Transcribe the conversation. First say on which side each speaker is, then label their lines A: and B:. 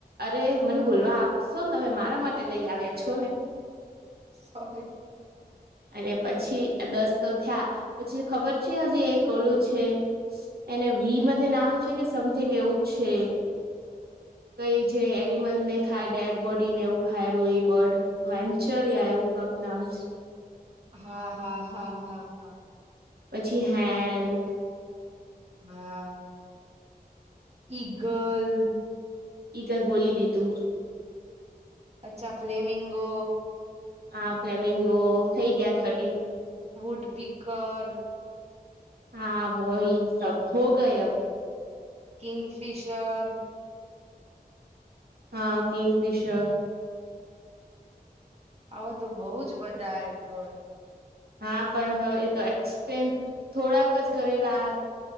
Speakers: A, on the right (about 80°); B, on the right (about 40°).
A: અરે મને બોલવા આપશો, તમે મારા માટે લઈ આવ્યા છો, ને
B: સોરી
A: અને પછી દસ, તો થયા પછી ખબર છે, હજી કો ઓલું છે. એને વી મ નામ છે, કે સમથિંગ એવું જ છે.
B: <unintelligible>
A: કઈ જે, એનિમલ ને ખાય ડેડ બોડીને એવું ખાય રહ્યું, એ બર્ડ વેન્ચર યા એવું પક નામ છે.
B: હા, હા, હા, હા, હા
A: પછી, હેન
B: હા. ઈગલ
A: ઈ ગલ બોલી, દીધું
B: અચ્છા, ફ્લેમિંગો
A: હા પ્લેમેંગો થઇ, ગયા થર્ટીન
B: વુડપીકર
A: હા, વહી સબ હો, ગયમ.
B: કિંગફિશર.
A: હા, કિંગફિશર
B: આવો, તો બહુ જ બધા એ બ
A: હા, પણ હવે, એ તો એક્સેન્ડ થોડાક જ કરે રા